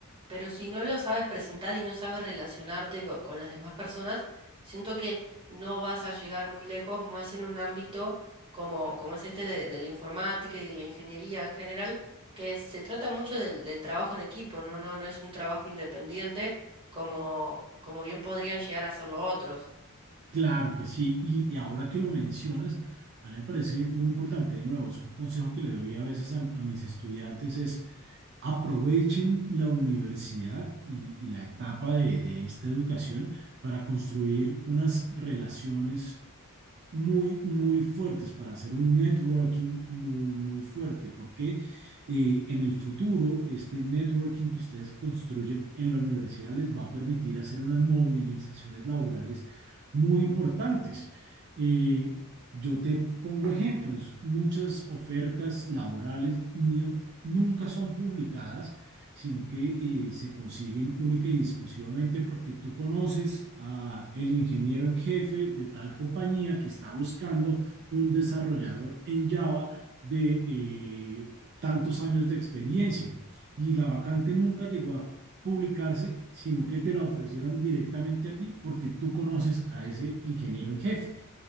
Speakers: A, on the right; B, on the right.
A: pero si no lo sabes presentar y no sabes relacionarte co- con las demás personas, siento que no vas a llegar muy lejos, más en un ámbito como, como es este de, de la informática y de la ingeniería en general, que se trata mucho del, del trabajo en equipo, ¿no? No, no es un trabajo independiente como, como bien podrían llegar a hacerlo otros.
B: Claro que sí, y, y, ahora que lo mencionas, a mí me parece muy importante, de nuevo, es un consejo que le doy a veces a, a mis estudiantes, es aprovechen la universidad y, y la etapa de, de esta educación para construir unas relaciones muy, muy fuertes para hacer un networking muy, muy fuerte, porque eh, en el futuro este networking que ustedes construyen en la universidad les va a permitir hacer unas movilizaciones laborales muy importantes. Eh, yo te pongo ejemplos, muchas ofertas laborales no- nunca son publicadas sino que eh, se consiguen única y exclusivamente porque tú conoces a el ingeniero en jefe de tal compañía que está buscando un desarrollador en Java de eh, tantos años de experiencia y la vacante nunca llegó a publicarse, sino que te la ofrecieron directamente a ti porque tú conoces a ese ingeniero en jefe.